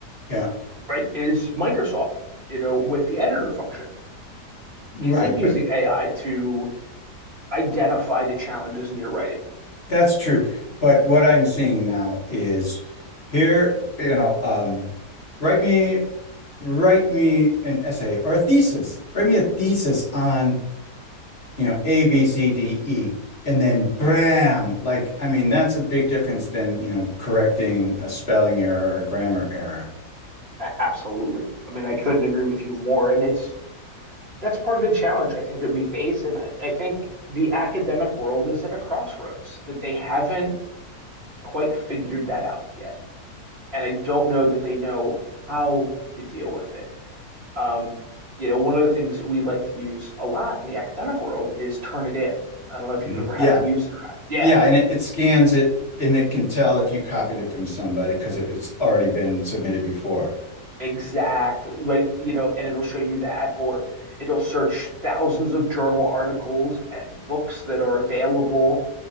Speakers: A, on the left; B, on the right.
A: Yeah.
B: right? Is Microsoft, you know, with the editor function,
A: Right.
B: is it using
A: But
B: AI to identify the challenges in your writing?
A: That's true. But what I'm seeing now is here, you know, um, write me write me an essay or a thesis. Write me a thesis on, you know, A, B, C, D, E, and then bram. Like, I mean, that's a big difference than, you know, correcting a spelling error or grammar error.
B: A- absolutely. I mean, I couldn't agree with you more. And it's that's part of the challenge I think that we face. And I, I think the academic world is at a crossroads that they haven't quite figured that out yet. And I don't know that they know how to deal with it. Um, you know, one of the things that we like to use a lot in the academic world is Turnitin. I don't know if
A: Mhm.
B: you've ever had
A: Yeah.
B: to use it or not. Yeah,
A: Yeah, and it, it scans it and it can tell if you copied it from somebody because it, it's already been submitted before.
B: exactly. Right, you know, and it'll show you that, or it'll search thousands of journal articles and books that are available